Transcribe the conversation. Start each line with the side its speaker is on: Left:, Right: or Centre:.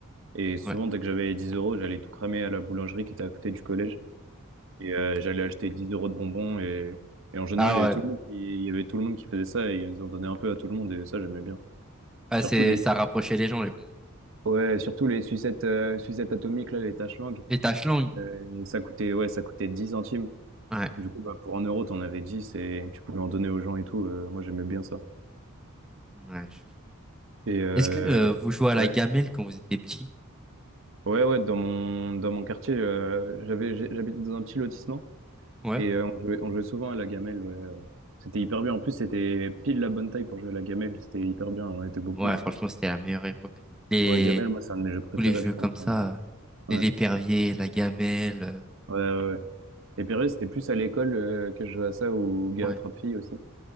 Right: Et souvent,
Centre: Ouais.
Right: dès que j'avais les 10 euros, j'allais tout cramer à la boulangerie qui était à côté du collège. Et euh, j'allais acheter 10 euros de bonbons. Et, et en général,
Centre: Ah
Right: il y avait
Centre: ouais.
Right: tout le monde qui, il y avait tout le monde qui faisait ça. Et ils en donnaient un peu à tout le monde. Et ça, j'aimais bien.
Centre: Ah,
Right: Surtout
Centre: c'est,
Right: des,
Centre: ça rapprochait les gens, les bonbons.
Right: ouais, surtout les sucettes, euh, sucettes atomiques, là, les taches langues.
Centre: Les taches langues.
Right: Euh, ça coûtait, ouais, ça coûtait 10 centimes.
Centre: Ouais.
Right: Du coup, bah, pour un euro, t'en avais 10 et tu pouvais en donner aux gens et tout. Euh, moi, j'aimais bien ça.
Centre: Ouais. je-
Right: Et euh,
Centre: Est-ce que euh, vous jouez à la
Right: Ouais.
Centre: gamelle quand vous étiez petit?
Right: Ouais, ouais, dans mon, dans mon quartier, euh, j'avais, j'ai- j'habitais dans un petit lotissement
Centre: Ouais.
Right: et euh, on jouait, on jouait souvent à la gamelle. ouais, euh. C'était hyper bien. En plus, c'était pile la bonne taille pour jouer à la gamelle. C'était hyper bien. On était beaucoup
Centre: Ouais,
Right: en
Centre: franchement,
Right: plus.
Centre: c'était la meilleure époque. les
Right: Ouais, gamelle, moi, c'est un de mes jeux préférés,
Centre: tous les jeux
Right: je
Centre: comme
Right: pense.
Centre: ça,
Right: hein.
Centre: euh,
Right: Ouais,
Centre: et l'épervier, la gamelle. euh,
Right: ouais, ouais. ouais. Et Pérus, c'était plus à l'école euh, que je jouais à ça ou gars
Centre: ouais.
Right: attrape fille aussi.